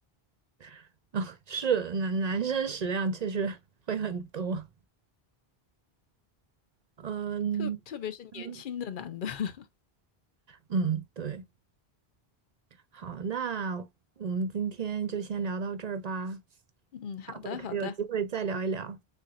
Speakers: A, on the right; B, on the left.
A: <laughs> 啊，是男男生食量确实会很多。嗯
B: <laughs> 特特别是年轻的男的。
A: 嗯
B: <laughs>
A: 嗯，对，好，那我们今天就先聊到这儿吧，
B: 嗯，好的，
A: 下回可以有机会再聊一聊。
B: 好的，